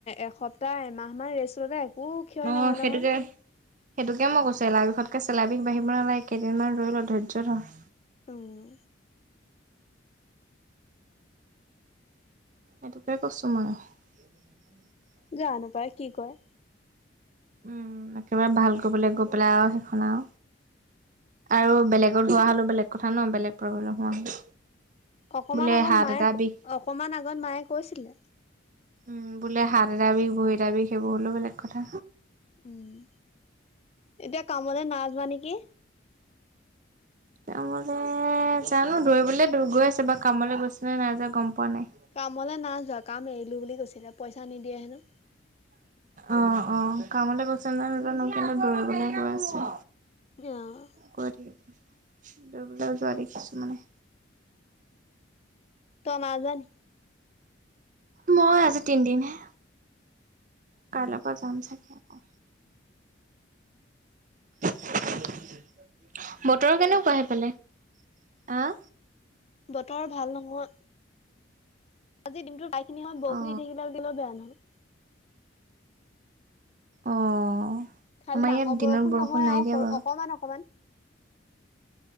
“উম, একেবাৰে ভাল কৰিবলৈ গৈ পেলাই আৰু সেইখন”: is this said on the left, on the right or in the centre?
Right